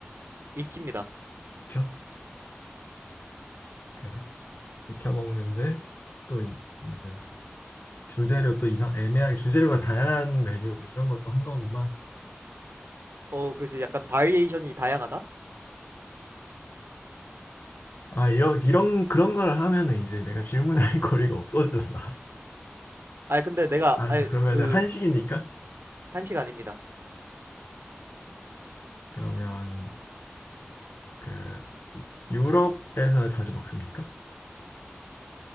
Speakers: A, on the right; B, on the left.
A: 익힙니다.
B: 익혀 그래 익혀 먹는데 또 이, 무슨 주재료 또 이상 애매하게 주재료가 다양한 메뉴 뭐 이런 것도 한 거구만.
A: 어 그지 약간 바리에이션이 다양하다?
B: 아 이런 이런 그런 걸 하면은 이제 내가 질문할 <laughs> 거리가 없어지잖아.
A: 아 근데 내가
B: 알았어.
A: 아그
B: 그러면은 한식입니까?
A: 한식 아닙니다.
B: 그러면 그 유럽에서 자주 먹습니까?